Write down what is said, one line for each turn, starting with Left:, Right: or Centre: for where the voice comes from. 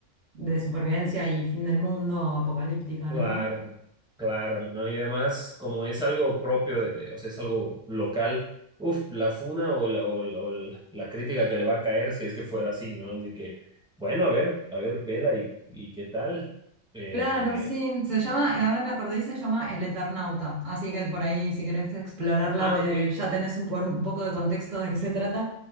Right: de supervivencia y fin del mundo o apocalíptica,
Centre: claro,
Right: ¿no?
Centre: claro, ¿no? Y además, como es algo propio de, de- o sea, es algo local, uff la funa o la, o la, o la- la crítica que le va a caer si es que fuera así, ¿no? Así que, bueno, a ver, a ver, vela y, y qué tal. Eh,
Right: Claro, sí, se llama, eh, ahora me acordé y se llama El Eternauta, así que por ahí si querés explorarla
Centre: ah,
Right: te,
Centre: ok,
Right: ya tenés un, por- un poco de contexto de qué se trata.